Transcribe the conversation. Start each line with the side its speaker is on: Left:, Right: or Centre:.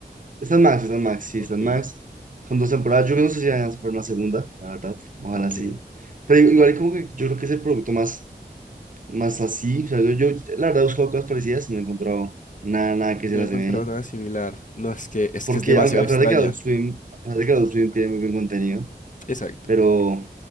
Right: Está en Max, está en Max, sí,
Left: Ok,
Right: está en Max. Son dos temporadas. Yo no sé si van a hacer una segunda, la verdad. Ojalá
Left: ok.
Right: sí. Pero igual como que yo creo que es el producto más, más así. O sea, yo, yo la verdad he buscado cosas parecidas y no he encontrado nada, nada que
Left: No
Right: se las
Left: he encontrado
Right: asemeje.
Left: nada similar. No, es que es
Right: Porque
Left: que es demasiado
Right: aunque- a
Left: extraña.
Right: pesar de que Adult Swim, a pesar de que Adult Swim tiene muy buen contenido,
Left: Exacto.
Right: pero,